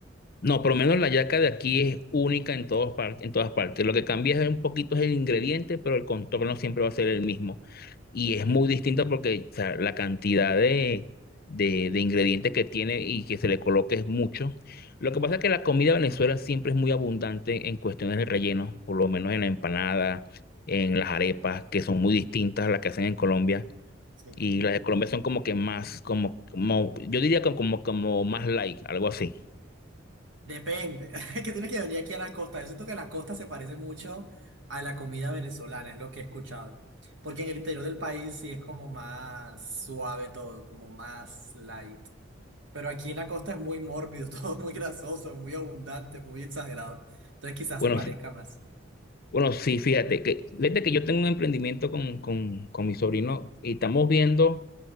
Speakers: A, on the left; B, on the right.
A: No, por lo menos la yaca de aquí es única en todos par- en todas partes. Lo que cambia es un poquito es el ingrediente, pero el contorno siempre va a ser el mismo. Y es muy distinta porque o sea, la cantidad de, de, de ingredientes que tiene y que se le coloque es mucho. Lo que pasa es que la comida de Venezuela siempre es muy abundante en cuestiones de relleno, por lo menos en la empanada, en las arepas, que son muy distintas a las que hacen en Colombia.
B: Sí.
A: Y las de Colombia son como que más, como, como yo diría como, como, como más light, algo así.
B: Depende, <laughs> es que tienes que venir aquí a la costa. Yo siento que la costa se parece mucho a la comida venezolana, es lo que he escuchado. Porque en el interior del país sí es como más suave todo, como más light. Pero aquí en la costa es muy mórbido, <laughs> todo muy grasoso, muy abundante, muy exagerado. Entonces quizás
A: Bueno,
B: se parezca más.
A: Bueno, sí, fíjate, que desde que yo tengo un emprendimiento con, con, con mi sobrino y estamos viendo